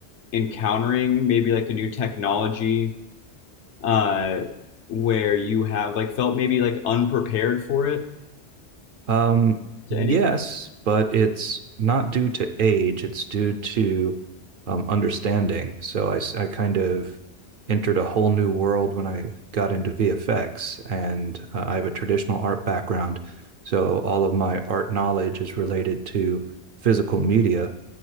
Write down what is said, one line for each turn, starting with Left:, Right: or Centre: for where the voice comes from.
Left: encountering maybe like a new technology uh, where you have like felt maybe like unprepared for it
Right: Um,
Left: to
Right: yes,
Left: any?
Right: but it's not due to age, it's due to um, understanding. So I, s- I kind of entered a whole new world when I got into VFX, and uh, I have a traditional art background. So all of my art knowledge is related to physical media.